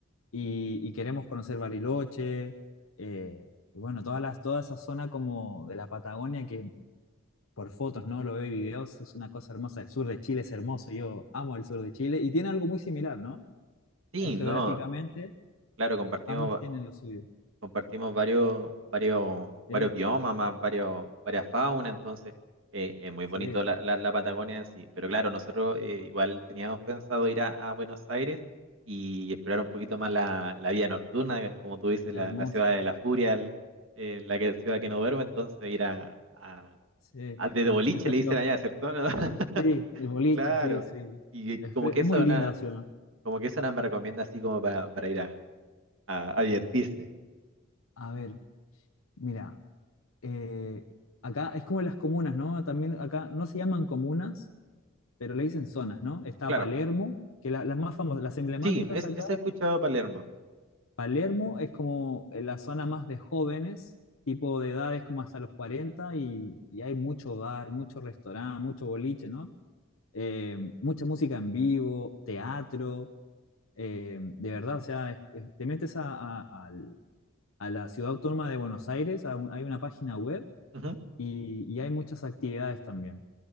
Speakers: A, on the left (about 75°); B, on the right (about 70°).
A: Y, y queremos conocer Bariloche, eh, y bueno, todas las, toda esa zona como de la Patagonia que por fotos, ¿no? Lo veo y videos, es una cosa hermosa. El sur de Chile es hermoso, yo amo el sur de Chile y tiene algo muy similar, ¿no?
B: Sí,
A: Eh, Geográficamente,
B: no, claro, compartimos
A: ambos tienen lo suyo.
B: compartimos varios, varios, varios
A: Sí,
B: biomas, más varios, varias faunas, entonces eh, es muy bonito
A: sí,
B: la, la- la Patagonia en sí. Pero claro, nosotros eh, igual teníamos pensado ir a, a Buenos Aires y explorar un poquito más la, la vida nocturna, que como tú dices,
A: hermoso,
B: la, la ciudad de la furia, el- eh, la que- ciudad que no duerme, entonces ir a, a,
A: sí,
B: a- de boliche
A: es precioso.
B: le dicen allá, ¿cierto? ¿No? <laughs>
A: Sí, el boliche,
B: Claro.
A: sí, sí.
B: Y eh,
A: Es,
B: como
A: pre-
B: que
A: es
B: eso,
A: muy linda
B: na-
A: la ciudad.
B: como que eso nada me recomienda así como para, para ir a, a a divertirse.
A: A ver, mira, eh, acá es como las comunas, ¿no? También acá no se llaman comunas, pero le dicen zonas, ¿no? Está
B: Claro.
A: Palermo, que la- las más famosas, las emblemáticas
B: Sí, es,
A: acá.
B: esa he escuchado Palermo.
A: Palermo es como eh, la zona más de jóvenes, tipo de edades como hasta los cuarenta y, y hay mucho bar, mucho restaurante, mucho boliche, ¿no? Eh, mucha música en vivo, teatro. Eh, de verdad, o sea, es- es- te metes a, a- al- a la ciudad autónoma de Buenos Aires, a un- hay una página web
B: Ujú.
A: y, y hay muchas actividades también.